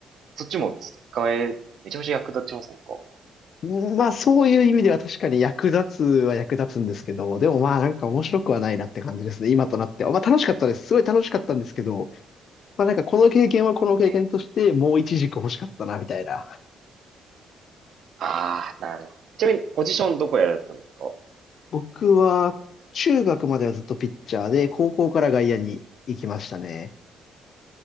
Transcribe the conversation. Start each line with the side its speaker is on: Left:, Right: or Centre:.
Right: そっちも使え、めちゃめちゃ役立ちませんか
Left: うんまあそういう意味では確かに役立つは役立つんですけど、でもまあなんか面白くはないなって感じですね、今となっては。まあ楽しかったです。すごい楽しかったんですけど、まあなんかこの経験はこの経験としてもう一軸欲しかったなみたいな。
Right: ええああ、なるほど。ちなみに、ポジションどこやられたんですか
Left: 僕は中学まではずっとピッチャーで、高校から外野に行きましたね。